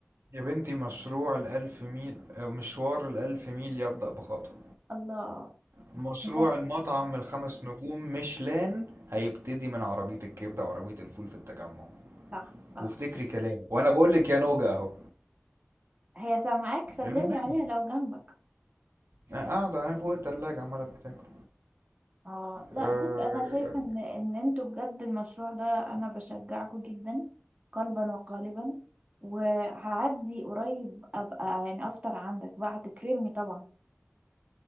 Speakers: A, on the right (about 80°); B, on the right (about 35°).
A: يا بنتي مشروع الألف ميل أو مشوار الألف ميل يبدأ بخطوة
B: الله
A: مشروع
B: انت
A: المطعم الخمس نجوم ميشلان هيبتدي من عربية الكبدة وعربية الفول في التجمع
B: صح صح
A: وافتكري كلامي وانا بقول لك يا نوجة اهو
B: هي سامعاك سلمي
A: المهم
B: عليها لو جنبك
A: أنا قاعدة اهي فوق التلاجة عمالة بتاكل
B: اه لا
A: آه،
B: بص انا شايفه ان ان انتوا بجد المشروع ده انا بشجعكوا جدا قلبا وقالبا وهعدي قريب ابقى يعني افطر عندك بقى هتكرمني طبعا